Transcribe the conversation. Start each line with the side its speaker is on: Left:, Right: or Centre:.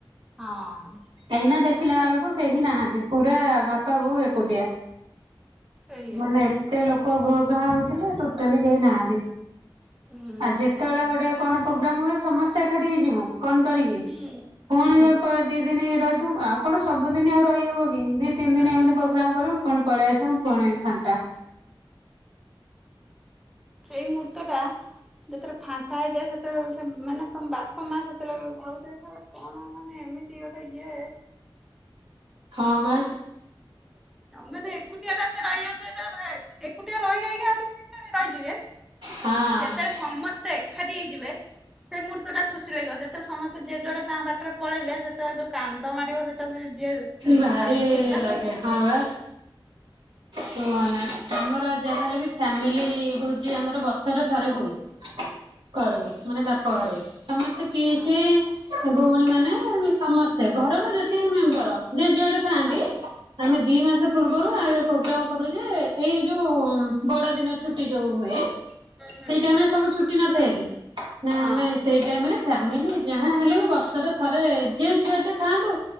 Centre: ହଁ।
Right: ଏଇନା ଦେଖିଲା ବେଳୁକୁ କେହି ନାହାନ୍ତି ପୁରା ବାପା ବୋଉ ଏକୁଟିଆ।
Centre: ସେଇଆ
Right: ମାନେ ଏତେ ଲୋକ ଘୋଘା ହଉଥିଲେ ଟୋଟାଲି କେହି ନାହାନ୍ତି।
Centre: ହୁଁ
Right: ଆଉ ଯେତେବେଳେ ଗୋଟେ କଣ ପ୍ରୋଗ୍ରାମ୍ ହୁଏ ସମସ୍ତେ ଏକାଠି ହେଇଯିବୁ। ଫୋନ୍ କରିକି
Centre: ହୁଁ
Right: ପୁଣି
Centre: ହୁଁ
Right: ଯୋଉ ଦି ଦିନ ରହିଥିବୁ ଆଉ କଣ ସବୁଦିନ ଆଉ ରହିହବ କି। ଦି ତିନି ଦିନ
Centre: ସେଇଆ
Right: ଏମିତି ପ୍ରୋଗ୍ରାମ କରିବୁ ପୁଣି ପଳେଇ ଆସିବୁ ପୁଣି ଫାଙ୍କା।
Centre: ସେଇା ମୁହୂର୍ତ୍ତଟା ଯେତେଳେ ଫାଙ୍କା ହେଇଯାଏ ସେତେଳେ ସେ ମାନେ ତମ ବାପା ମା ସେତେଳେ ଭାବୁଥିବେ କଣ ମାନେ ଏମିତି ଗୋଟେ ଇଏ
Right: ହଁ ବା
Centre: ମାନେ ଏକୁଟିଆ ଟା ସେ ରହିବାକୁ <inaudible> ଏକୁଟିଆ ରହି ରହିକା ଅଭ୍ୟାସ <unintelligible> ରହିଯିବେ
Right: ହଁ
Centre: <unintelligible> ସମସ୍ତେ ଏଖାଟି ହେଇଯିବେ ସେ ମୂହୁର୍ତ୍ତ ଟା ଖୁସି ଲାଗିବ ଯେତେଳେ ସମସ୍ତେ ଯିଏ ଯୁଆଡେ ତା ବାଟରେ ପଳେଇଲେ ସେତଳେ ଯୋଉ କାନ୍ଦ ମାଡିବ ଯିଏ
Right: ଭାରି
Centre: ଭାବୁଥିବ
Right: ଇଏ
Centre: ତା <inaudible>
Right: ଲାଗେ ହଁ ବା କୁହନା। ଆମର ଯାହାହେଲେ ବି ଫ୍ୟାମିଲି ଭୋଜି ଆମର ବର୍ଷରେ ଥରେ ହୁଏ। କରୁ ମାନେ ବାପ ଘରେ ସମସ୍ତେ ପିଇସି
Centre: ହଁ
Right: ଭଉଣୀ ମାନେ ସମସ୍ତେ ଘରର ଯେତିକି ମେମ୍ବର ଯିଏ ଯୁିଆଡେ ଥାଆନ୍ତି
Centre: ହଁ
Right: ଆମେ ଦି ମାସ ପୂର୍ବରୁ ଆ ପ୍ରୋଗ୍ରାମ କରୁ ଯେ ଏଇ ଯୋଉ ବଡ ଦିନ ଛୁଟି ଯୋଉ ହୁଏ ସେଇ
Centre: ହୁଁ
Right: ଟାଇମ୍ ରେ ସବୁ ଛୁଟି ନଥାଏ କି ନା
Centre: ହଁ
Right: ଆମେ ସେଇ ଟାଇମ୍ ରେ ଫ୍ୟାମିଲି ଯାହା ହେଲେ ବି ବର୍ଷରେ ଥରେ ଯେ ଯୁଆଡେ ଥାନ୍ତୁ